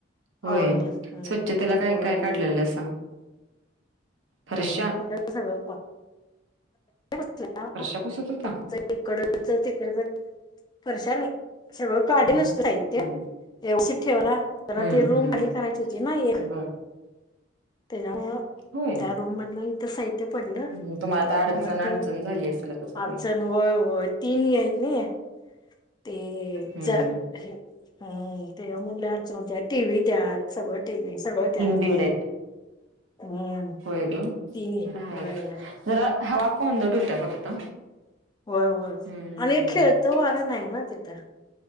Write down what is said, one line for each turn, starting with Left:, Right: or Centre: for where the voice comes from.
Right: होय
Left: आवरलं हम्म.
Right: स्वच्छतेला काय
Left: होय
Right: काय
Left: होय
Right: काढलेलंसा?
Left: होय
Right: फरशा?
Left: सगळ <unintelligible> सगळ <unintelligible>
Right: फरशा पुसत होता?
Left: फक्त इकडच तिकडच फर्शानई सगळं काढ
Right: हं,
Left: नसतं साहित्य
Right: हं,
Left: एवढीशी ठेवला जरा
Right: हं,
Left: ते रूम
Right: हं.
Left: खाली करायची होती ना एक.
Right: बरं.
Left: तेच्यामूळ
Right: होय.
Left: रुम बदली त साहित्य पडलं
Right: हम्म तुम्हाला आता अडचण
Left: मग ते
Right: अडचण झाली असेल आता सगळी.
Left: अडचण होय होय तीन आहेत नई ते
Right: हं.
Left: जर हम्म तेजामुळ लय अडचन होतिया टी व्ही त्यात सगळं टी व्ही सगळं त्यात
Right: बेड आहेत.
Left: हम्म
Right: होय गं.
Left: तिन
Right: राहायचं.
Left: व्हय
Right: जरा हवा कोंदट होतिया फक्त
Left: होय होय
Right: हं,
Left: आणि खेळतं वारं नाही ना तिथं.